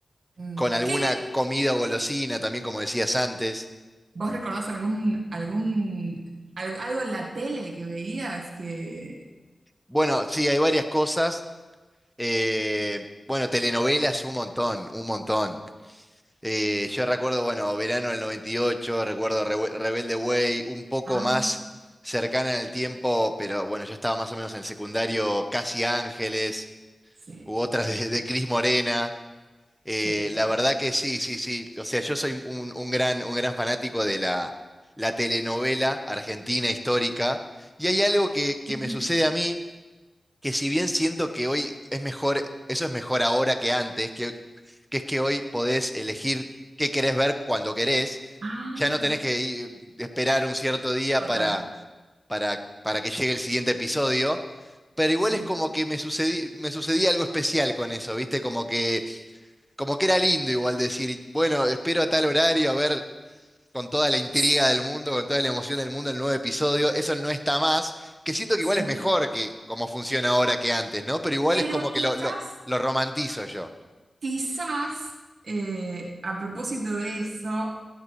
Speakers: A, on the right; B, in the centre.
A: Mm,
B: con alguna
A: ¿Qué?
B: comida o golosina, también como decías antes.
A: ¿Vos recordás algún, algún, al- algo en la tele que veías que...
B: Bueno, sí, hay varias cosas. eh, bueno, telenovelas un montón, un montón. Eh, yo recuerdo, bueno, verano del 98 recuerdo Rewe- Rebelde Way, un poco
A: Ah,
B: más cercana en el tiempo, pero bueno, yo estaba más o menos en el secundario, Casi Ángeles,
A: sí,
B: u otras
A: sí,
B: de, de Cris Morena. Eh,
A: sí.
B: la verdad que sí, sí, sí. O sea, yo soy un, un gran, un gran fanático de la, la telenovela argentina histórica. Y hay algo que, que
A: <laughs>
B: me sucede a mí que si bien siento que hoy es mejor, eso es mejor ahora que antes, que, que es que hoy podés elegir qué querés ver cuando querés,
A: Ah,
B: ya no tenés que ir- esperar un cierto día
A: total,
B: para, para, para que llegue el siguiente episodio, pero igual
A: sí.
B: es como que me sucedí, me sucedía algo especial con eso, ¿viste? Como que, como que era lindo igual decir, bueno, espero a tal horario a ver con toda la intriga
A: Sí,
B: del mundo, con toda la emoción del mundo, el nuevo episodio, eso no está más, que siento que
A: sí.
B: igual es mejor que como funciona ahora que antes, ¿no? Pero igual
A: Pero
B: es como
A: quizás...
B: que lo, lo, lo romantizo yo.
A: Quizás, eh, a propósito de eso,